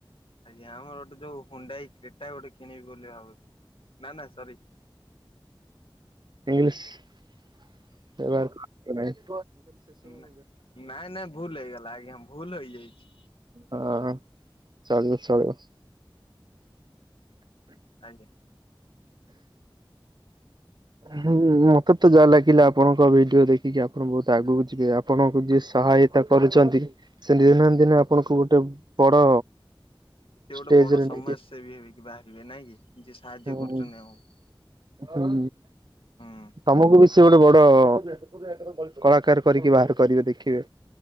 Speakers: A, on the left (about 80°); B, on the right (about 55°).
A: ଆଜ୍ଞା ଆମର ଗୋଟେ ଯୋଉ ହୁଣ୍ଡାଇ କ୍ରିଟା ଗୋଟେ କିଣିବି ବୋଲି ଭାବୁଥିଲି ନା ନା ସରି।
B: ଇଂଙ୍ଗଲିସ <inaudible> ଏବାର୍କ ଏମାଇଲ।
A: ହୁଁ ନାଁ ନାଇଁ ନାଇଁ ଭୁଲ ହେଇଗଲା ଆଜ୍ଞା ଭୁଲ ହେଇଯାଇଛି।
B: ହଁ ଚଳିବ ଚଳିବ। <inaudible>
A: ଆଜ୍ଞା।
B: ହୁଁ ମତେ ତ ଯାହା ଲାଗିଲା ଆପଣଙ୍କ ଭିଡିଓ ଦେଖିକି ଆପଣ ବହୁତ ଆଗକୁ ଯିବେ ଆପଣଙ୍କୁ ଯିଏ ସହାୟତା କରୁଛନ୍ତି ସେ ଦିନେ ନା ଦିନେ ଆପଣଙ୍କୁ ଗୋଟେ ବଡ
A: ସେ
B: ଷ୍ଟେଜରେ
A: ଗୋଟେ ବଡ ସମାଜସେବୀ
B: ନେଇକି
A: ହେବିକି ବାହାରିବେ ନାଇଁ କି ଯିଏ ସାହାଯ୍ୟ
B: ହୁଁ
A: କରୁଛନ୍ତି ଆମକୁ।
B: ହୁଁ
A: ହୁଁ
B: ତମକୁ ବି ସେ ଗୋଟେ ବଡ କଅ କଳାକାର କରିକି ବାହାର କରିବେ ଦେଖିବେ।